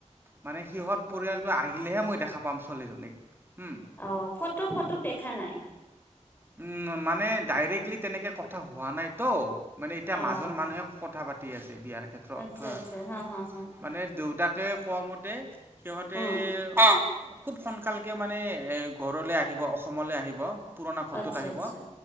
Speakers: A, on the right; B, on the left.
A: মানে সিহঁত পৰিয়ালটো আহিলেহে মই দেখা পাম ছোৱালীজনীক। হুম
B: অ' ফটো - ফটোত দেখা নাই?
A: উম, মানে ডাইৰেক্টলি তেনেকে কথা হোৱা নাই। তৌ মানে এতিয়া
B: অ'
A: মাজৰ মানুহে কথা পাতি আছে। বিয়াৰ ক্ষেত্ৰত
B: আচ্ছা
A: হা
B: আচ্ছা হা হা
A: মানে দেউতাকে কোৱা মতে সিহঁতে,
B: হা
A: অ'। খুব সোনকালকে মানে এ গৰলে আহিব অসমলে আহিব। পুৰণা ঘৰটোত
B: আচ্ছা
A: আহিব।
B: আচ্ছা